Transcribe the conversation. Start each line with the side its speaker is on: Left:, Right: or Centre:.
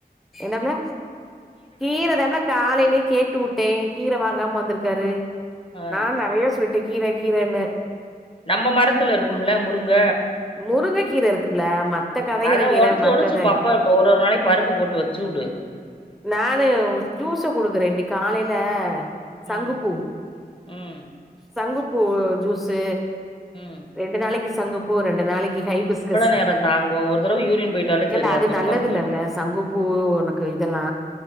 Centre: என்னப்ல கீரதாப்ல காலைலயே கேட்டு விட்டே கீர வாங்காம வந்திருக்கு டாரு
Left: ஆ
Centre: நானு நறையா சொல் கீர கீரன்னு
Left: நம்ம மரத்துல இருக்கும்ல முருங்க
Centre: முருங்க கீர இருக்குல்ல மத்த கடயிற
Left: அத
Centre: கீர
Left: ஒடச்சு
Centre: மத்தத
Left: ஒடச்சு பப்ப ஒரு ஒரு நாளைக்கு பருப்பு போட்டு வச்சு வுடு
Centre: நானு ஜூஸ குடுக்குறேன்டி காலேல சங்குப்பூ
Left: ம் ம்
Centre: சங்குப்பூ பூ ஜூஸு
Left: உம்
Centre: ரெண்டு நாளைக்கு சங்குப்பூ பூ ரெண்டு நாளைக்கு ஹைபிஸ்கஸ்
Left: நேரோ தாங்கு ஒரு தடவ யூரின் போயிட்டாலே
Centre: ஏவ்ள
Left: சரியா
Centre: அது
Left: போயிரு
Centre: நல்லது
Left: பசி
Centre: இல்லவ்ள
Left: எடுக்கு
Centre: சங்குப்பூ உனக்கு இதெல்லா